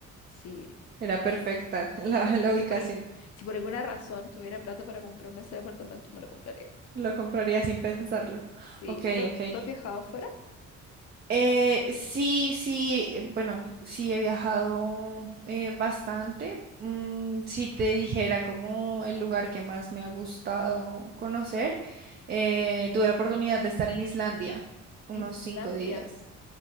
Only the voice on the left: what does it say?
si,
si,
si
por, al- si por alguna razón tuviera plata para comprarme ese departamento, me lo compraría.
Sí,
¿tú,
tú has viajado afuera?
En Islandia,